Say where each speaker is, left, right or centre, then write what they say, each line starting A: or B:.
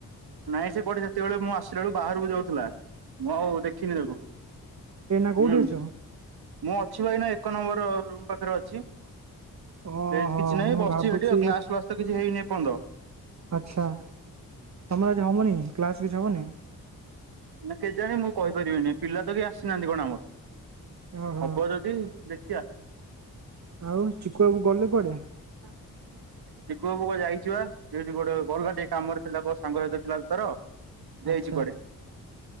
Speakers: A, on the right; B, on the right.
A: ନାଇଁ ସେ କୋଠି ସେତେବେଳେ ମୁଁ ଆସିଲା ବେଳକୁ ବାହାରକୁ ଯାଉଥିଲା ମୁଁ ଆ ହଉ ଦେଖିନି ତାକୁ।
B: ଏ ନା କୋଉଠି
A: ହୁଁ
B: ଅଛ।
A: ମୁଁ ଅଛି ଭାଇନା ଏକ ନମ୍ବର ରୁମ୍ ପାଖରେ ଅଛି।
B: ଓହୋ
A: ସେଠ କିଛି ନାହିଁ
B: ମୁଁ
A: ବସିଛି
B: ଭାବୁଛି
A: ସେଠି ଆଉ କ୍ଲାସ ଫ୍ଲାସ ତ କିଛି ହେଇନି ଏ ପର୍ଯ୍ୟନ୍ତ।
B: ଆଚ୍ଛା ତମର ଆଜି ହବନି କ୍ଲାସ କିଛି ହବନି।
A: ନା କେ ଜାଣି ମୁଁ କହିପାରିବିନି ପିଲା ତ କି ଆସିନାହାନ୍ତି କଣ ଆମର?
B: ଓହୋ
A: ହବ ଯଦି ଦେଖିବା।
B: ଆଉ ଚିକୁ ବାବୁ ଗଲେ କୁଆଡେ।
A: <unintelligible> ଚିକୁ କୁ ବାବୁ କୁଆଡେ ଯାଇଛି ପା ଡିଉଟି କୁଆଡେ ଗଲା ଟିକେ କାମରେ ଥିଲା କ ସାଙ୍ଗ ସହିତ ଥିଲା ତାର। ଦେଇଛି
B: ଆଚ୍ଛା
A: କୁଆଡେ।